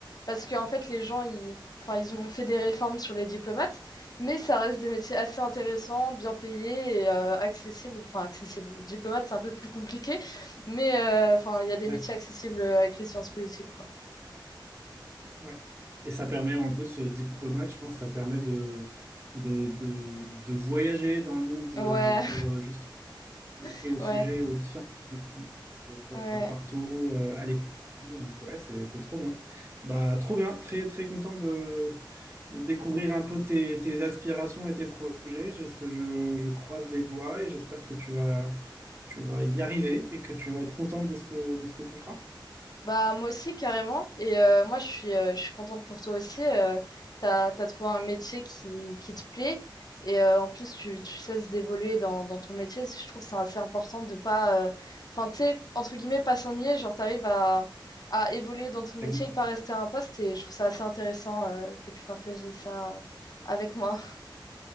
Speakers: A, on the left; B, on the right.
A: parce qu'en fait, les gens, ils, enfin, ils ont fait des réformes sur les diplomates. Mais ça reste des métiers assez intéressants, bien payés et euh, accessibles. Enfin, accessibles. Diplomate, c'est un peu plus compliqué, mais euh, enfin, il y a des
B: ouais,
A: métiers accessibles euh, avec les sciences politiques, quoi.
B: ouais. Et ça permet en plus, euh, diplomate, je pense, ça permet de, de, de, de voyager dans le monde
A: Ouais,
B: euh, pour euh, justement
A: <laughs>
B: et au sujet,
A: ouais,
B: aux différents contenus, euh, faut
A: ouais.
B: partout, euh, à l'école Donc, Ouais, c'est c'est trop bien. Bah, trop bien, très très content de, de découvrir un peu tes, tes aspirations et tes projets. J'espère, je, je croise les doigts et j'espère que tu vas, tu vas y arriver et que tu vas être contente de ce que, de ce que tu feras.
A: Bah, moi aussi, carrément. Et euh, moi, je suis, euh, je suis contente pour toi aussi. Euh, t'as, t'as trouvé un métier qui, qui te plaît. Et euh, en plus, tu, tu cesses d'évoluer dans, dans ton métier. Je trouve que c'est assez important de pas. euh, Enfin, tu sais, entre guillemets, pas s'ennuyer. Genre, t'arrives à, à évoluer dans ton métier,
B: Avec,
A: pas rester à un poste. Et je trouve ça assez intéressant euh, que t'aies pu partager ça euh, avec moi.